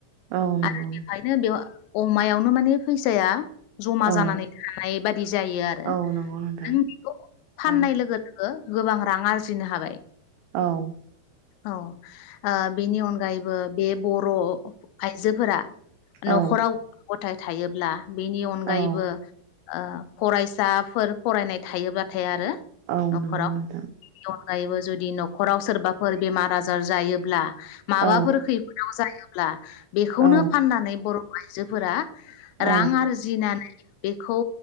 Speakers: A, on the right; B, on the left.
A: औ नंगौ
B: आरो बेवहायनो
A: नोंथां।
B: बेव अमायावनो माने फैसाया ज'मा
A: नोंथां औ
B: जानानै थानाय बाद दि जायो आरो
A: औ नंगौ नोंथां
B: नों बेखौ फाननाय
A: औ
B: लोगो लोग गो गोबां रां आरजिनो हाबाय।
A: औ।
B: औ ओ बेनि अनगायैबो बे बर' आइ जोफोरा न'खराव
A: औ
B: गथ फिथाइ थायोब्ला। बेनि अनगायैबो
A: औ
B: ओ फरायसाफोर फरायनाय थायोब्लाथाय आरो।
A: औ
B: न'खराव
A: नंगौ नोंथां।
B: बेनि अनगायैबो जुदि न'खराव सोरबाफोर बेमार आजार जायोब्ला। माबाफोर
A: औ
B: खैफोदाव जायो। ब्ला बेखौनो
A: औ
B: फाननानै बर' आइजोफोरा
A: औ
B: रां आरजिनानै बेखौ।